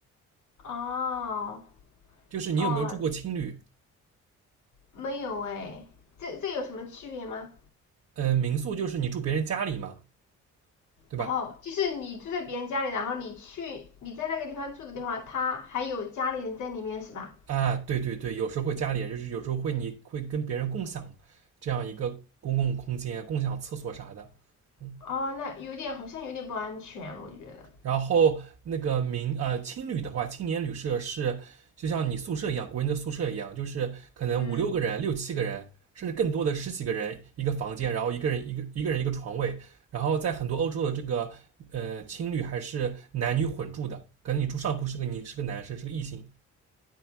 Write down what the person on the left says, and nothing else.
哦，
哦，没有哎，这这有什么区别吗？
哦，就是你住在别人家里，然后你去你在那个地方住的地方，他还有家里人在里面是吧？
哦，那有点好像有点不安全，我觉得。
嗯，